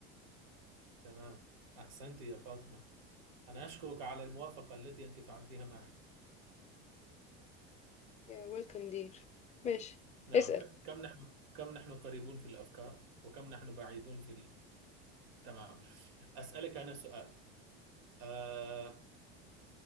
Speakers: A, on the right; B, on the left.
A: تمام أحسنت يا فاطمة أنا أشكرك على الموافقة التي أنت فعلتها معي
B: يا ويلكم دير ماشي
A: نعم
B: اسال
A: ك- كم نحن كم نحن قريبون في الأفكار وكم نحن بعيدون في ال... تمام أسألك أنا سؤال آه...